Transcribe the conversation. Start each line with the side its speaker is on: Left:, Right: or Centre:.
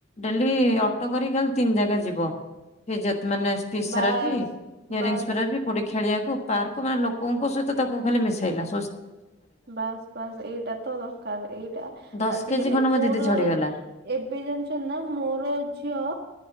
Left: ଡେଲି ଅଟୋ କରିକି ଖାଲି ତିନି ଜାଗା ଯିବ। ଫି ମାନେ ସ୍ପିଚ
Right: ବାସ୍
Left: ରପ ଇୟରିଙ୍ଗ
Right: ବାସ୍
Left: ଫ କୋଉଠି ଖେଳିବାକୁ ପାକ ୋକ ମାନେ ଲୋକଙ୍କ ସହିତ ତାକୁ ଖାଲି ମିଶାଇଲା।
Right: ବାସ ବାସ୍ ଏଇଟା ତ ଦରକାର ଏଇଟା
Left: ଦଶ
Right: ଆଜିିକାଲି
Left: କେଜି ଖଣ୍ଡେ
Right: ମୋର
Left: ମୋ ଦିଦି ଝଡିଗଲା
Right: ଏବେ ଜାଣିଛନ୍ତି ନା ମୋର ଝିଅ